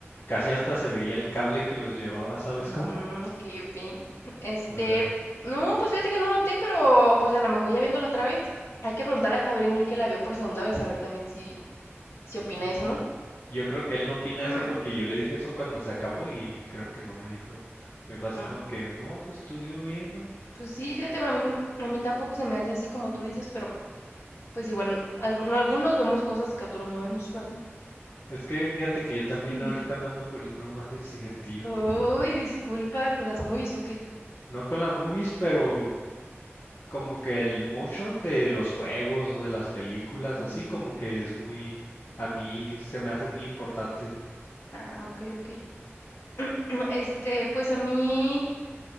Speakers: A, on the left; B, on the left.
A: casi hasta se veía el cable que los llevaba, ¿sabes
B: Mm,
A: cómo?
B: ok, ok. Este,
A: O sea,
B: no, pues fíjate que no noté, pero pues a lo mejor ya viéndolo otra vez, hay que preguntarle a Javier Gabriel que la vio por segunda vez, a ver también si, si opina
A: mm,
B: eso, ¿no?
A: yo creo que él no opina
B: Mm,
A: eso porque yo le dije eso cuando se acabó y creo que no me dijo, me dijo así
B: mm.
A: como que, no, pues estuvo bien, ¿no?
B: Pues sí, fíjate, a mí, no- a mí tampoco se me hace así como tú dices, pero pues igual al- algunos vemos cosas que otros no vemos, ¿verdad?
A: Es que fíjate que yo también
B: <clears throat>
A: ahorita me ando poniendo más exigentillo
B: Uy,
A: con,
B: disculpa, con las movies o qué.
A: No con las movies, pero como que el motion de los juegos o de las películas,
B: Mm,
A: así como que es muy, a mí se me hace muy importante.
B: Ah, ok, ok. <clears throat> Este, pues a mí,